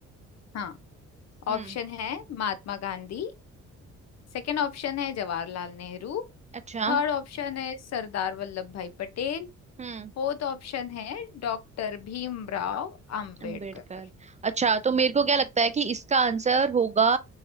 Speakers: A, on the left; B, on the right.
A: हाँ
B: हम्म
A: ऑप्शन है महात्मा गांधी सेकंड ऑप्शन है जवाहरलाल नेहरू
B: अच्छा
A: थर्ड ऑप्शन है सरदार वल्लभ भाई पटेल
B: हम्म
A: फोर्थ ऑप्शन है डॉक्टर भीमराव अंबेडकर
B: अम्बेडकर अच्छा तो मेरे को क्या लगता है कि इसका आंसर होगा